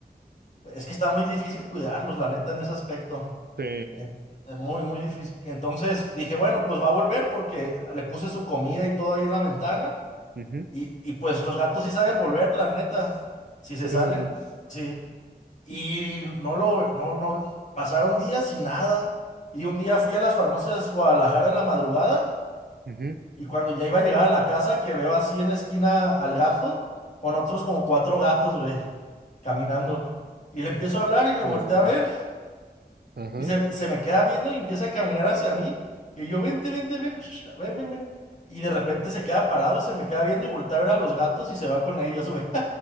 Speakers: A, on the left; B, on the right.
A: Es que está muy difícil cuidarlos, la neta, en ese aspecto.
B: Sí.
A: Eh, eh, Muy, muy difícil. Entonces dije, bueno, pues va a volver porque le puse su comida y todo ahí en la ventana.
B: Ujú,
A: Y, y pues los gatos sí saben volver, la neta. Si se
B: sí,
A: salen,
B: sí,
A: sí. Y no lo, no, no, pasaron días y nada. Y un día fui a las farmacias Guadalajara en la madrugada
B: sí.
A: y cuando ya iba a llegar a la casa que veo así en la esquina al gato con otros como cuatro gatos, güey, caminando. Y le empiezo
B: Ujú.
A: a hablar y me
B: Cabrón.
A: volteé a ver
B: Ajá.
A: y se, se me queda viendo y empieza a caminar hacia mí. Y yo, vente, vente, ven, sh- ven, ven, ven. Y de repente se queda parado y se me queda viendo y voltea a ver a los gatos y se va con ellos, güey.